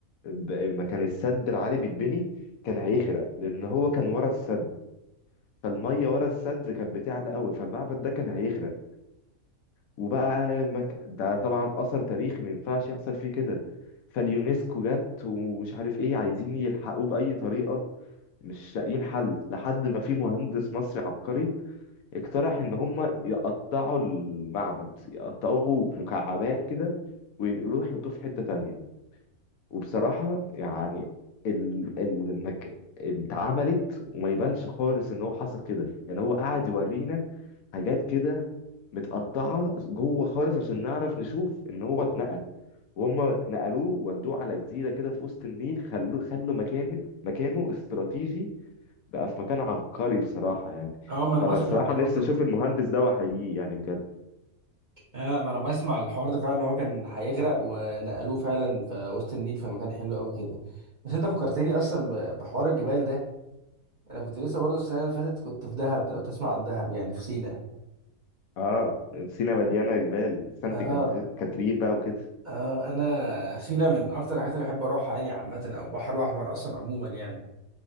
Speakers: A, on the left (about 75°); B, on the right (about 40°).
A: ب- ما كان السد العالي بيتبني كان هيغرق لأن هو كان ورا السد فالميه ورا السد كانت بتعلى قوي فالمعبد ده كان هيغرق وبقى مك... ده طبعا اثر تاريخي ما ينفعش يحصل فيه كده فاليونسكو جت ومش عارف ايه عايزين يلحقوه باي طريقه مش لاقيين حل لحد ما في مهندس مصري عبقري اقترح ان هم يقطعوا المعبد يقطعوه مكعبات كده ويروحوا يحطوه في حته تانية وبصراحة يعني ال ال المك... اتعملت وما يبانش خالص ان هو حصل كده يعني هو قاعد يورينا حاجات كده متقطعة جوه خالص عشان نعرف نشوف ان هو اتنقل وهم نقلوه ودوه على جزيرة كده في وسط النيل خلوه خلوا مكان مكانه استراتيجي بقى في مكان عبقري بصراحة يعني
B: اه ما انا
A: فأنا
B: بسمع
A: بصراحة
B: عن الحوار
A: نفسي
B: ده
A: أشوف المهندس ده وأحييه يعني بجد
B: اه ما انا بسمع عن الحوار ده فعلا إن هو كان هيغرق ونقلوه فعلا في وسط النيل في مكان حلو قوي كده بس انت فكرتني اصلا ب- بحوار الجبال ده انا كنت لسه برضو السنه اللي فاتت كنت في دهب لو تسمع عن دهب يعني في سينا
A: آه سينا مليانة جبال سانت
B: اه
A: كانت... كاترين بقى وكده
B: اه انا سينا من اكتر الحاجات اللي بحب اروحها يعني عامه او البحر الاحمر اصلا عموما يعني